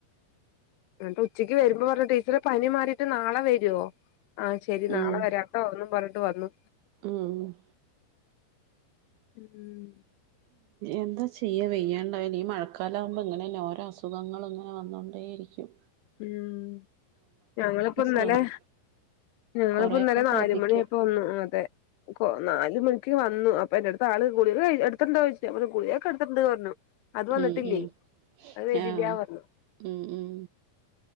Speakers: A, on the left (about 80°); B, on the right (about 85°).
A: എന്നിട്ട് ഉച്ചയ്ക്ക് വരുമ്പോ പറഞ്ഞ് ടീച്ചറെ പനി മാറിട്ട് നാളെ വരോ ആഹ് ശെരി നാളെ
B: ഉം
A: വരാട്ടോ എന്നും പറഞ്ഞിട്ട് വന്നു
B: ഉം
A: ഉം
B: എന്താ ചെയ്യ വെയ്യാണ്ടായാ ഈ മഴക്കാലാവുമ്പ ഇങ്ങനന്നെ ഓരോ അസു സുഖങ്ങളങ്ങനെ വന്നോണ്ടേരിക്കും
A: ഉം ഞങ്ങളിപ്പന്നലെ
B: ശ്രദ്ധി
A: ഞങ്ങളിപ്പന്നലെ
B: കൊറെയൊക്കെ
A: നാല്
B: ശ്രദ്ധിക്കും
A: മണിയാപ്പ വന്നു അതെ കോ നാല് മണിക്ക് വന്നു അപ്പെന്റെടുത്ത് ആള് ഗുളിക കഴി എടുത്തിണ്ടോയിച്ച് ഞാംപറഞ് ഗുളികക്കെടുത്തിണ്ട് പറഞ്ഞു അത് വന്നിട്ടില്ലേ
B: ഉം ഉം
A: അത് വരില്ല്യാ
B: ആഹ്
A: പറഞ്ഞു
B: ഉം ഉം